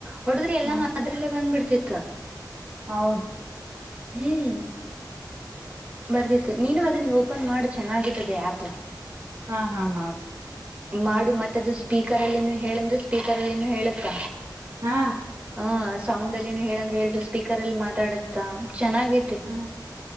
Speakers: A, on the right (about 20°); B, on the right (about 40°).
A: ಹೊಡೆದ್ರೆ ಎಲ್ಲಾನು
B: ಹಾ
A: ಅದ್ರಲ್ಲೇ ಬಂದ್ ಬಿಡ್ತಿತ್ತು
B: ಹೌದು
A: ಹ್ಮ್ ಬರ್ದಿತ್ತು ನೀನು ಅದನ್ ಓಪನ್ ಮಾಡು ಚೆನ್ನಾಗಿತ್ತದೆ ಆ್ಯಪ್
B: ಹಾ ಹಾ ಮಾಡ್
A: ಮಾಡು ಮತ್ತದು ಸ್ಪೀಕರ್ ಅಲ್ಲಿನನು ಹೇಳಂದ್ರೆ ಸ್ಪೀಕರ್ ಅಲ್ಲಿನನು ಹೇಳುತ್ತ
B: ಹಾ
A: ಹಾ ಸೌಂಡ್ ಅಲ್ಲಿನ ಹೇಳಂದ್ರೆ ಹೇಳತು ಸ್ಪೀಕರ್ ಅಲ್ಲಿ ಮಾತಾಡತ್ತ ಚೆನ್ನಾಗೈತೆ
B: ಹಾ